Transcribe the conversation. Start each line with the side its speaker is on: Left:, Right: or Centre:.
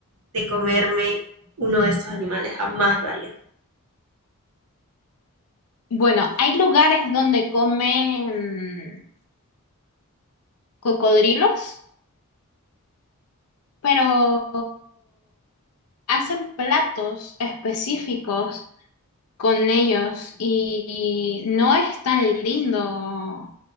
Right: de comerme uno de estos animales, jamás lo haría.
Left: Bueno, hay lugares donde comen cocodrilos, pero hacen platos específicos con ellos y, no es tan lindo.